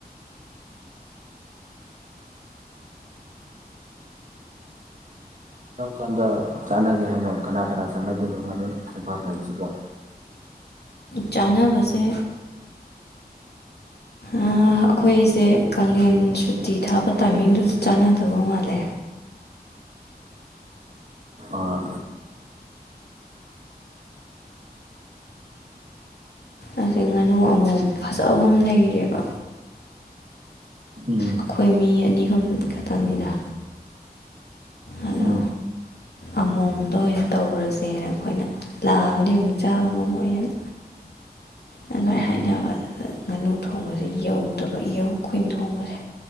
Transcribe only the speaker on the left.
ꯆꯥꯅꯕꯁꯦ ꯑ ꯑꯩꯈꯣꯏꯁꯦ ꯀꯥꯂꯦꯟ ꯁꯨꯇꯤ ꯊꯥꯕ ꯇꯥꯏꯃꯤꯡꯗꯨꯗ ꯆꯥꯟꯅꯗꯧꯕ ꯃꯥꯜꯂꯦ꯫
ꯑꯁꯤ ꯉꯥꯅꯨ ꯑꯃꯣꯝ ꯐꯖꯕ ꯑꯃ ꯂꯩꯔꯦꯕ꯫
ꯑꯩꯈꯣꯏ ꯃꯤ ꯑꯅꯤ ꯑꯍꯨꯝ ꯈꯛꯇꯪꯅꯤꯗ ꯑꯗꯣ
ꯑꯃꯣꯝꯗ ꯑꯣꯏꯅ ꯇꯧꯔꯁꯦꯅ ꯑꯩꯈꯣꯏꯅ ꯂꯥꯕꯗꯤ ꯑꯃꯨꯛ ꯆꯥꯕ ꯉꯝꯃꯣꯏꯑꯅ ꯑꯗꯨꯃꯥꯏꯅ
ꯍꯥꯏꯅꯕ ꯑꯗꯨꯗ ꯉꯥꯅꯨ ꯊꯣꯡꯕꯁꯦ ꯌꯧꯗꯕ ꯏꯌꯧ ꯑꯩꯈꯣꯏ ꯊꯣꯡꯕꯁꯦ